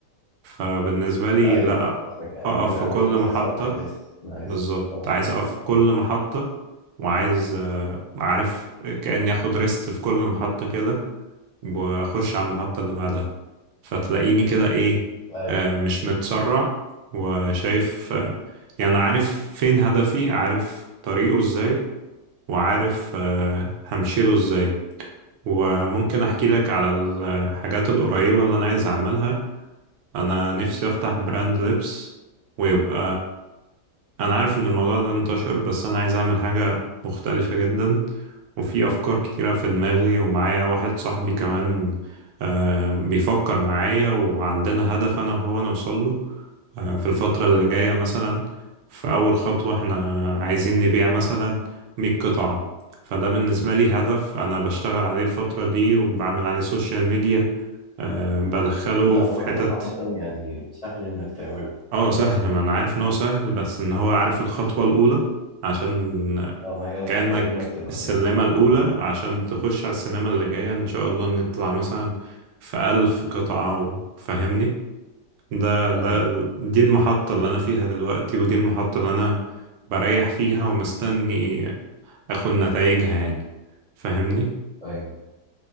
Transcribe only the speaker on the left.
ايوه
فاهم قصدك يعني
مش انا
مش عايز
اسبق احداث انا عايز
اوصل
كده
ايوه
لا وهدف
عامة يعني سهل إنك تعمله
اه ما هي الخطوة
الأولى بتبقى
بالمشروع
كله فاهم
أيوه فاهم
أيوه